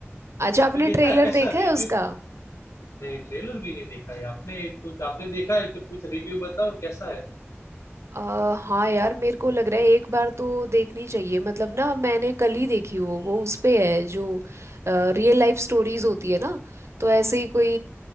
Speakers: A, on the right; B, on the left.
A: अच्छा
B: आपने
A: आपने
B: देखा
A: ट्रेलर
B: है कैसा
A: देखा
B: रिव्यू
A: है उसका
B: नहीं ट्रेलर भी नहीं देखा है आपने कुछ आपने देखा है तो कुछ रिव्यू बताओ कैसा है
A: अ हाँ यार मेरे को लग रहा है एक बार तो देखनी चाहिए मतलब ना मैंने कल ही देखी वो वो उस पे है जो रियल लाइफ स्टोरीज होती है ना तो ऐसे ही कोई